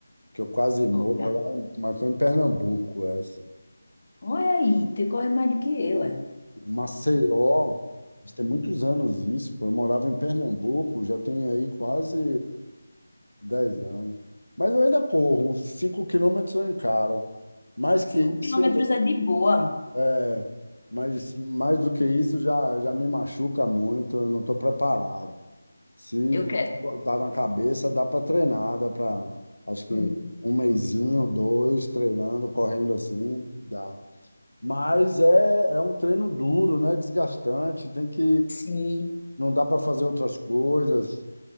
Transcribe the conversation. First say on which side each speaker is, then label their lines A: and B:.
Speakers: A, on the left (about 80°); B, on the left (about 45°).
A: que eu quase morro
B: Olha
A: lá, mas foi em Pernambuco essa.
B: olha aí, tu corre mais do que eu, é.
A: Maceió, isso tem muitos anos isso, pô. Eu morava em Pernambuco, já tem aí quase 10 anos. Mas eu ainda corro, 5 quilômetros eu encaro. Mais que
B: Cinco
A: isso,
B: quilômetros é de boa.
A: é. Mas mais do que isso, já, já me machuca muito, eu não estou preparado. Se
B: Eu quero.
A: botar na cabeça, dá para treinar, dá para, acho que
B: Uhum.
A: um mesinho, dois, treinando, correndo assim, dá. Mas é, é um treino duro, né? Desgastante, tem que,
B: Sim,
A: não dá para fazer outras coisas,